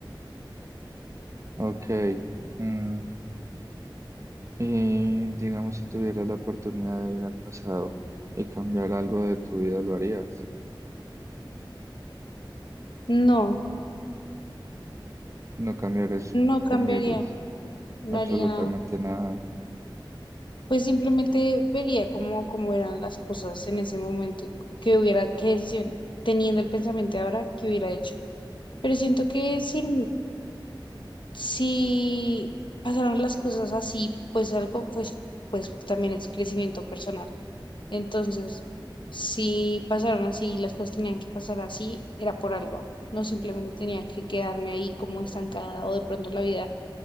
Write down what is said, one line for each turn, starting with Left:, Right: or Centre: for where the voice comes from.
Right: Ok. mm, Y digamos, si tuvieras la oportunidad de ir al pasado y cambiar algo de tu vida, ¿lo harías?
Left: No,
Right: No cambiarías,
Left: no cambiaría,
Right: cambiarías
Left: no
Right: absolutamente
Left: haría
Right: nada.
Left: Pues simplemente vería cómo, cómo eran las cosas en ese momento, y qué hubiera, qué decisión, teniendo el pensamiento de ahora, qué hubiera hecho. Pero siento que si, si pasaron las cosas así, pues algo, pues, pues también es crecimiento personal. Entonces, si pasaron así y las cosas tenían que pasar así, era por algo. No simplemente tenía que quedarme ahí como estancada o de pronto la vida